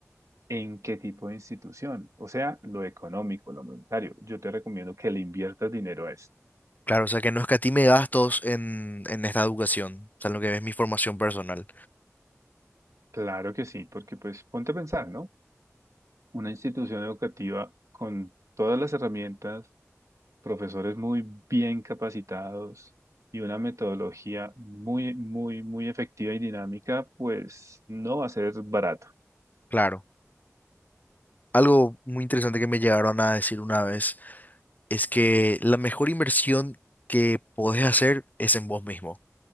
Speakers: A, on the right (about 80°); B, on the left (about 30°).
A: en qué tipo de institución, o sea, lo económico, lo monetario. Yo te recomiendo que le inviertas dinero a esto.
B: Claro, o sea que no escatime gastos en, en esta educación, o sea, en lo que es mi formación personal.
A: Claro que sí, porque pues ponte a pensar, ¿no? Una institución educativa con todas las herramientas, profesores muy bien capacitados y una metodología muy, muy, muy efectiva y dinámica, pues no va a ser barato.
B: Claro. Algo muy interesante que me llegaron a decir una vez. es que la mejor inversión que podés hacer es en vos mismo,